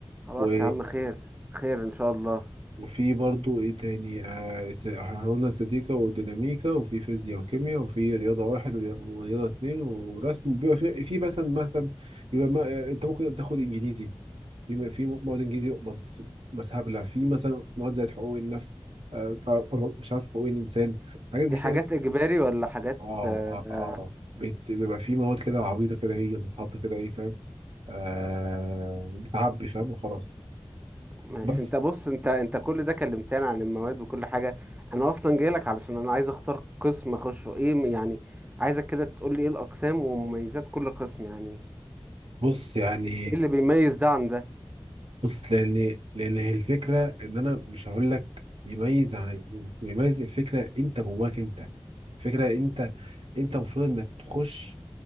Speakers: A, on the right; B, on the right.
A: خلاص
B: و...
A: يا عم خير خير ان شاء الله
B: وفي برضو ايه تاني آه است- احنا قلنا استاتيكا وديناميكا وفي فيزياء وكيمياء وفي رياضه واحد وري- ورياضه اتنين ورسم بيبقى في, في مثلا مثلا بيبقى ما... انت ممكن تاخد انجليزي في في مواد انجليزي بس بس هبله في مثلا مواد زي حقوق النفس آه آه، مش عارف حقوق الانسان حاجات
A: دي
B: زي
A: حاجات
B: كده
A: اجباري ولا حاجات
B: اه
A: آه،
B: اه اه بت- بيبقى في مواد كده عبيطة
A: آه،
B: كده هي بتتحط كده ايه فاهم آه بتعبي فاهم وخلاص
A: ماشي
B: بس
A: انت بص انت انت كل ده كلمتني عن المواد وكل حاجة انا اصلا جايلك علشان انا عايز اختار قسم اخشه ايه م- يعني عايزك كده تقول لي ايه الاقسام ومميزات كل قسم يعني
B: بص يعني
A: ايه اللي بيميز ده عن ده
B: بص لان لان هي الفكرة ان انا مش هقول لك يميز عن- يميز الفكرة انت جواك انت فكرة انت انت المفروض انك تخش